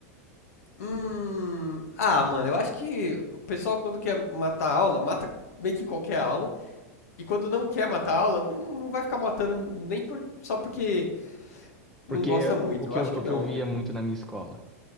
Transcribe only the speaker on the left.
Hum. Ah, mano, eu acho que o pessoal quando quer matar a aula, mata meio que qualquer aula. E quando não quer matar a aula, não, não vai ficar matando nem por- só porque não
gosta muito.
Eu acho
que não,
velho.